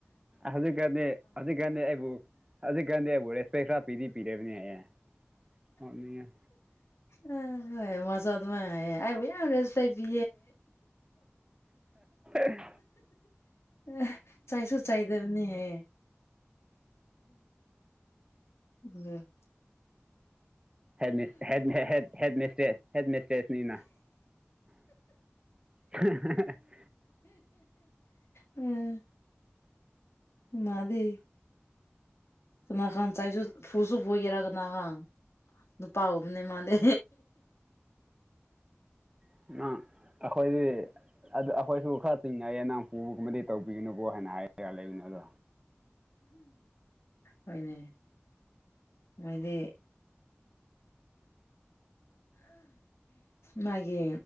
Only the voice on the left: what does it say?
ꯑ ꯍꯣꯏ ꯃꯁꯧꯗ ꯃꯥ ꯑꯕꯨ ꯌꯥꯝ ꯔꯦꯁꯇ ꯄꯤ
ꯑ ꯆꯥꯏꯁꯨ ꯆꯥꯏꯗꯕꯅꯤ ꯍꯦ ꯑ
ꯎꯝ ꯃꯥꯗꯤ ꯆ ꯈꯥꯟ ꯆꯥꯏꯁꯨ ꯐꯨꯁꯨ ꯐꯨꯁꯨꯒꯦꯔꯀꯅꯅꯍ ꯅꯨꯄꯥꯥ ꯎꯨꯝꯅꯦ ꯃꯥꯗꯤ
ꯑꯣꯏꯅꯦ ꯃꯣꯏꯗꯤ ꯃꯥꯒꯤ